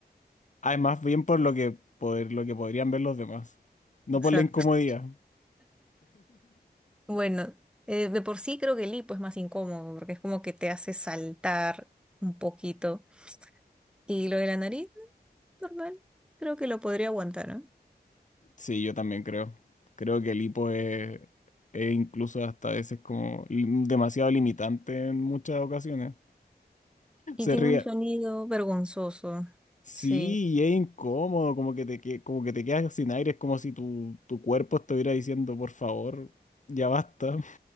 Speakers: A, on the left; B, in the centre.
A: Ah, es más bien por lo que, por lo que podrían ver los demás, no
B: Exacto.
A: por la incomodidad.
B: Bueno, eh, de por sí creo que el hipo es más incómodo, porque es como que te hace saltar un poquito. Y lo de la nariz, normal, creo que lo podría aguantar, ¿no?
A: Sí, yo también creo. Creo que el hipo es, es incluso hasta a veces como lim- demasiado limitante en muchas ocasiones.
B: Y
A: Se
B: tiene
A: ríe.
B: un sonido vergonzoso.
A: Sí,
B: Sí,
A: y es incómodo, como que te, que- como que te quedas sin aire, es como si tu, tu cuerpo estuviera diciendo, por favor, ya basta.